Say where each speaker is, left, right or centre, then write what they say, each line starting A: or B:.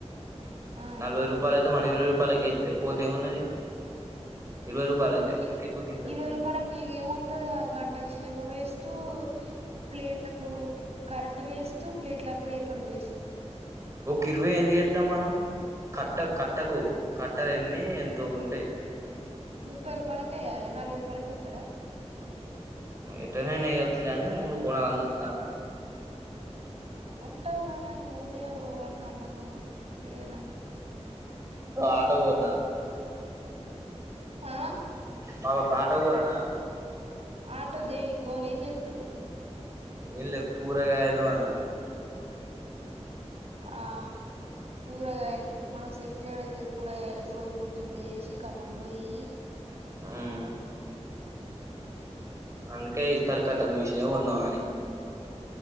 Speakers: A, on the right; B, on the right.
A: ఆ
B: నలభై రూపాయల అయితే మన ఇరవై రూపాయలక ఇస్తా పోతే ఏమున్నది ఇరవై రూపాయలకే
A: ఉ నీకు
B: ఇంకెక్కువకి ఇత్తరు
A: ఇ
B: కానీ
A: పాలక్ నీగ మత్తద గంటా శిరమా వేస్టు ప్లేట్లకు కరెంటు వేస్తూ ప్లేట్ల పేపర్లు వేస్తూ
B: ఒక ఇరవై ఎన్ని చేస్తాం మనం కట్ట కట్టకు కట్టలన్నీ ఎంతో ఉంటాయి
A: ముప్పై రూపాయలక వెయ్యాలా నలభై రూపాయలకి ఇస్తారా
B: ఎటనేనే వేయ్యొచ్చు కాగాని ముందు కోణలు అందుతాను
A: ఉంటావు కానీ పోతాయా పోవని నమ్మకం లేదు నాకు
B: ఆటో పోన్నా
A: ఆ
B: మాబ ఫాట్కునా
A: ఆటో దేని కో నన్ ఎత్తు
B: ఏనలే కూరగాయలు వనాల
A: ఆ కూరగాయలు మనకు ఎట్టడైతే కూరగాయలకు రోజ పొద్దులు లేసి కమ్మం పోయి
B: ఉమ్ అందుకే ఈ సరికట్టల మిషన్ కొందాం అని